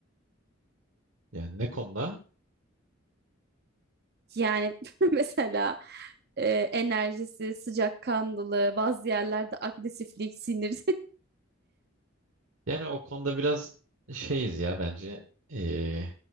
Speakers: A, on the right (about 80°); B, on the right (about 50°).
A: Yani ne konuda?
B: Yani <laughs> mesela e, enerjisi, sıcakkanlılığı, bazı yerlerde agresiflik, sinir. <laughs>
A: Yani o konuda biraz şeyiz ya bence. E,